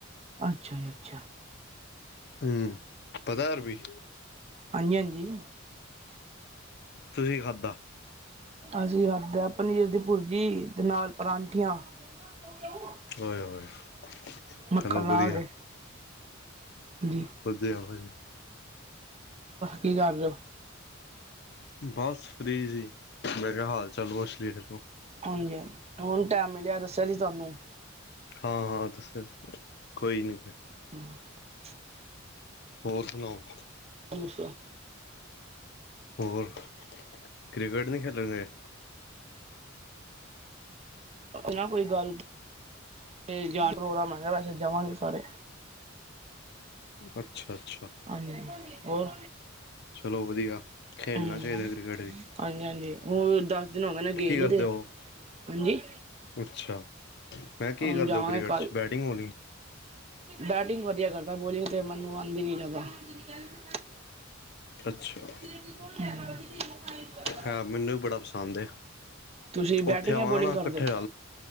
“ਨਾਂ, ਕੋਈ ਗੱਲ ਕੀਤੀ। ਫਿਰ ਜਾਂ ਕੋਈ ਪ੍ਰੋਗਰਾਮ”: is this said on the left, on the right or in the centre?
Right